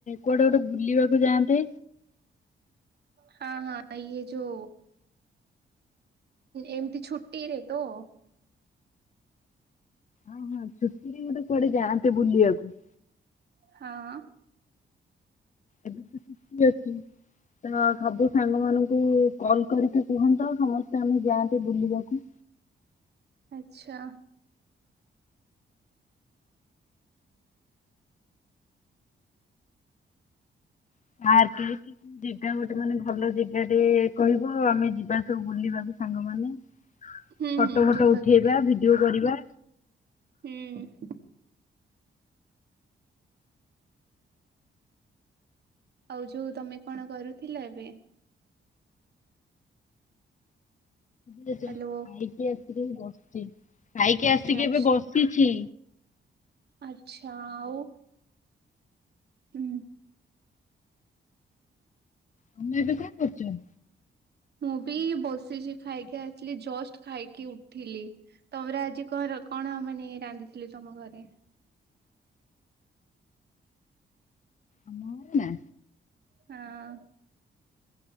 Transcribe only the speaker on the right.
ହଁ ହଁ, ଇଏ ଯୋ ଏମିତି ଛୁଟିରେ ତ?
ହଁ।
ଆଚ୍ଛା।
ହୁଁ
ହୁଁ
ଯିବା
କେବେ
ହୁଁ। ଆଉ ଯୋଉ ତମେ କଣ କରୁଥିଲ ଏବେ?
ହ୍ୟାଲୋ।
ଆଛା
ଆଚ୍ଛା ଆଉ? ହୁଁ।
ମୁଁ ବି ବସିଛି ଖାଇକି ଆସିଲି ଜଷ୍ଟ ଖାଇକି ଉଠିଲି। ତମର ଆଜି କଣ କଣ ମାନେ ରାନ୍ଧି ଥିଲେ ତମ ଘରେ?
ହଁ।